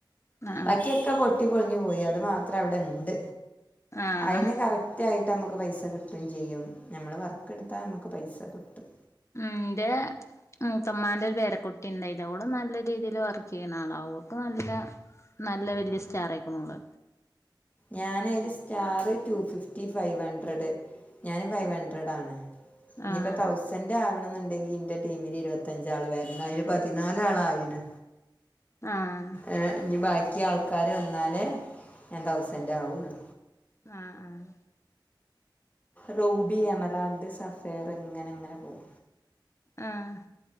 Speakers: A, on the left (about 35°); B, on the left (about 20°).
A: ആഹ്
B: ബാക്കിയൊക്കെ പൊട്ടി പൊളിഞ്ഞു പോയി അത് മാത്ര- ത്രം അവിടെ ഇണ്ട്.
A: ആഹ്
B: അയിന് കറക്- കൃത്യായിട്ട് മ്മക്ക് പൈസ കിട്ടും ചെയ്യും ഞമ്മള് വർക്കെടുത്താ നമുക്ക് പൈസ കിട്ടും.
A: ന്റെ മൂത്തമ്മാന്റെ ഒരു പേരകു- ക്കിണ്ടായിത ഓള് നല്ല രീതിയിൽ വർക്ക് ചെയ്യണണാള ഓൾക്ക് നല്ല നല്ല വല്യ സ്റ്റാർ ആയിക്കണ് ഓള്
B: ഞാന് അയില് സ്റ്റാർ റ്റുഫിഫ്- ഫിഫറ്റി ഫൈവ് ഹൺഡ്രഡ് ഞാന് ഫൈവ്ഹൺഡ്രഡ് ആണ് ഇനിയിപ്പോ
A: ആഹ്
B: തൗസൻറ് ആവണന്നുണ്ടെങ്കി ഇന്റെ ടീമില് ഇരുപത്തഞ്ചാള് വരണം അതിന് പതിനാലാളായിന്
A: ആഹ്
B: ആഹ് നിബാക്കി തിയ ആൾക്കാര് വന്നാലേ ഞാൻ തൗസൻറ് ആവുള്ളു.
A: ആഹ് ആഹ്
B: റൂബി എമറാൾഡ് സഫേറ് ഇങ്ങനെ അങ്ങനെ പോം.
A: ആഹ്